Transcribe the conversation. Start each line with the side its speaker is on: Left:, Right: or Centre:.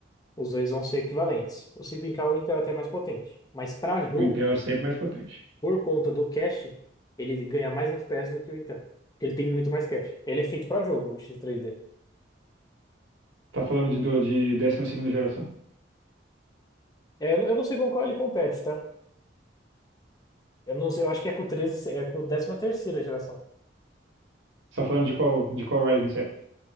Left: os dois vão ser equivalentes. Ou se brincar, o Intel é até mais potente. Mas para jogo,
Right: O Intel é sempre mais potente.
Left: por conta do cache, ele ganha mais FPS do que o Intel. Porque ele tem muito mais cache. Ele é feito para jogo, o X3D.
Right: Tá falando de, do- de décima segunda geração.
Left: É, eu, não eu não sei com qual ele compete, tá? Eu não sei, eu acho que é com o 13, é com a 13ª geração.
Right: Você tá falando de qual, de qual Ryzen